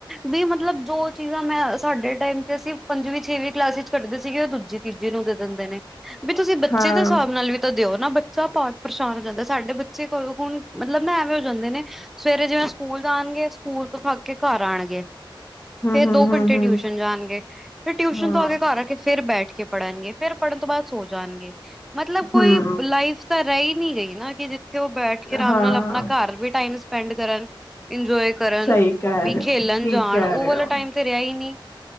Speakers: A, in the centre; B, on the left.
A: ਵੀ ਮਤਲਬ ਜੋ ਚੀਜ਼ਾਂ ਮੈਂ ਸਾਡੇ ਟਾਈਮ ਚ ਅਸੀਂ ਪੰਜਵੀਂ ਛੇਵੀਂ ਕਲਾਸ ਚ ਕਰੱਢਦੇ ਸੀਗੇ ਉਹ ਦੂਜੀ ਤੀਜੇ ਨੂੰ ਦੇ ਦਿੰਦੇ ਨੇ ਵੀ ਤੁਸੀਂ ਬੱਚੇ
B: ਹਾਂ
A: ਦੇ ਹਿਸਾਬ ਨਾਲ ਵੀ ਤਾਂ ਦਿਓ ਨਾ ਬੱਚਾ ਪਾਠ ਪਰੇਸ਼ਾਨ ਜਾਂਦਾ ਸਾਡੇ ਬੱਚੇ ਕੋਲ ਹੁਣ ਮਤਲਬ ਮੈਂ ਐਵੇਂ ਹੋ ਜਾਂਦੇ ਨੇ ਸਵੇਰੇ ਜਿਵੇਂ ਸਕੂਲ ਜਾਣਗੇ ਸਕੂਲ ਤੋਂ ਥੱਕ ਕੇ ਘਰ ਆਉਣਗੇ
B: ਹੂੰ-ਹੂੰ-ਹੂੰ-ਹੂੰ
A: ਫੇਰ ਦੋ ਘੰਟੇ ਟਿਊਸ਼ਨ ਜਾਣਗੇ ਫਿਰ ਟਿਊਸ਼ਨ
B: ਹਾਂ
A: ਤੋਂ ਆ ਕੇ ਘਰ ਆ ਕੇ ਫਿਰ ਬੈਠ ਕੇ ਪੜ੍ਹਨਗੇ ਫੇਰ ਪੜ੍ਹਨ ਤੋਂ ਬਾਅਦ ਸੋ ਜਾਣਗੇ ਮਤਲਬ ਕੋਈ
B: ਹੂੰ
A: ਲਾਈਫ ਤਾਂ ਰਹਿ ਨਹੀਂੀ ਗਈ ਨਾ ਕਿ ਜਿੱਥੇ ਉਹ ਬੈਠ ਕੇ ਆਰਾਮ
B: ਹਾਂ
A: ਨਾਲ ਆਪਣਾ ਘਰ ਵੀ ਟਾਈਮ ਸਪੈਂਡ ਕਰਨ ਇੰਜੋਏ ਕਰਨ
B: ਸਹੀ ਕਹਿ
A: ਵੀ
B: ਰਹੇ
A: ਖੇਲਣ
B: ਹੋ ਠੀਕ
A: ਜਾਣ
B: ਕਹਿ
A: ਉਹ
B: ਰਹੇ
A: ਵਾਲਾ
B: ਹੋ
A: ਟਾਈਮ ਤੇ ਰਿਹਾ ਹੀ ਨਹੀਂ